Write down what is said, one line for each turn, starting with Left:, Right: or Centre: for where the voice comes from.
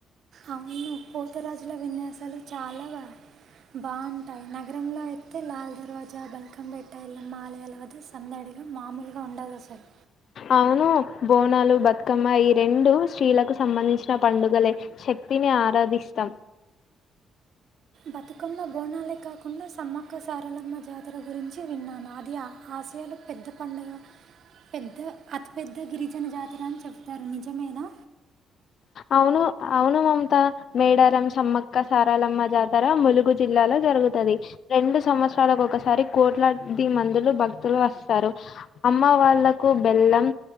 Right: అవును పోతరాజుల విన్యాసాలు చాలా బా బాగుంటాయి నగరంలో అయితే లాల్ దర్వాజా బల్కంబేట్ట ఎల్లమలయాల వద్ద సందడిగా మామూలుగా ఉండదు అసలు
Left: అవును బోనాలు బతుకమ్మ ఈ రెండు స్త్రీలకు సంబంధించిన పండుగలే శక్తిని ఆరాధిస్తాం
Right: బతుకమ్మ బోనాలే కాకుండా సమ్మక్క సారలమ్మ జాతర గురించి విన్నాను అది ఆ ఆశయాల పెద్ద పండుగా పెద్ద అతి పెద్ద గిరిజన జాతర అని చెప్తారు నిజమేనా
Left: అవును అవును మమతా మేడారం సమ్మక్క సారాలమ్మ జాతర ములుగు జిల్లాలో జరుగుతుది రెండు సంవత్సరాలకు ఒకసారి కోట్లాది మందులు భక్తులు వస్తారు అమ్మ వాళ్లకు బెల్లం